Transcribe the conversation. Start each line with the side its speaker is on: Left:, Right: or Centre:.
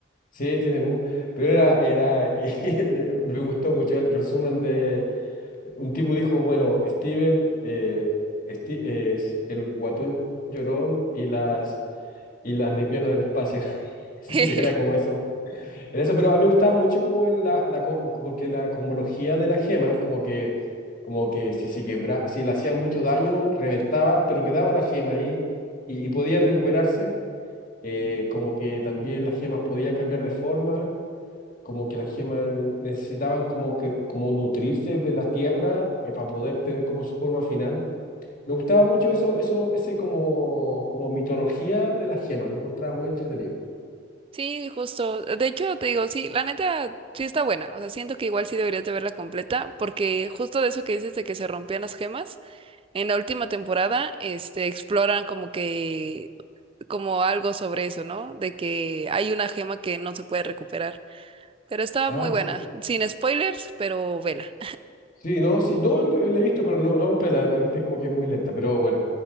Left: Sí, tiene mu- pero era, era, <laughs> y me gustó mucho el resumen de, un tipo dijo, bueno, Steven eh, Sti- es el guatón llorón y las, y las lesbianas del espacio. <laughs> Sí,
Right: <laughs>
Left: era como eso, era eso, pero a mí me gustaba mucho como el- la, la, co- porque la cosmología de las gemas, como que, como que si se quebra, si le hacían mucho daño, reventaban, pero quedaba la gema ahí y y podían recuperarse eh, como que también las gemas podían cambiar de forma como que las gemas necesitaban como, que, como nutrirse de la tierra eh, para poder tener como su forma final. Me gustaba mucho eso, eso, ese como, como mitología de las gemas, lo encontraba muy entretenido.
Right: Sí, justo, de hecho te digo, sí, la neta sí está buena, o sea, siento que igual sí deberías de verla completa, porque justo de eso que dices de que se rompían las gemas. En la última temporada, este, exploran como que como algo sobre eso, ¿no? De que hay una gema que no se puede recuperar. Pero está
Left: Ah,
Right: muy buena.
Left: sí.
Right: Sin spoilers, pero vela.
Left: Sí, no, sí, no, lo, lo he visto, pero no, no completa, realmente como que es muy lenta, pero bueno.